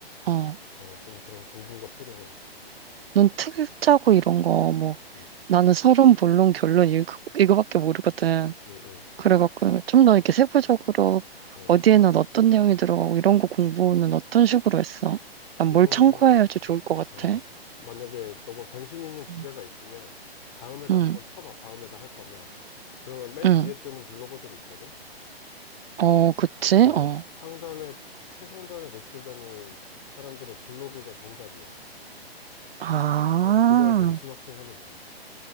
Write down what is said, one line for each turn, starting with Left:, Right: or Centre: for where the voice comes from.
Right: 어,
Left: 어, 좀 그런 공부가 필요해.
Right: 넌틀 짜고 이런 거 뭐
Left: 음,
Right: 나는 서론, 본론, 결론 이거, 이거밖에 모르거든.
Left: 음, 음,
Right: 그래갖고 좀 더 이렇게 세부적으로
Left: 음.
Right: 어디에는 어떤 내용이 들어가고 이런 거 공부는 어떤 식으로 했어? 난
Left: 그거,
Right: 뭘 참고해야지 좋을 것 같아?
Left: 어, 만약에 너가 관심 있는 주제가
Right: 음.
Left: 있으면, 다음에다
Right: 응,
Left: 한번 쳐봐. 다음에다 할 거면. 그러면 맨
Right: 응.
Left: 위에 뜨는 블로거들이 있거든?
Right: 어, 그치?
Left: 어,
Right: 어.
Left: 상단에, 최상단에 노출되는 사람들의 블로그가 정답이야.
Right: 아,
Left: 그래서 그걸 벤치마킹 하면 돼.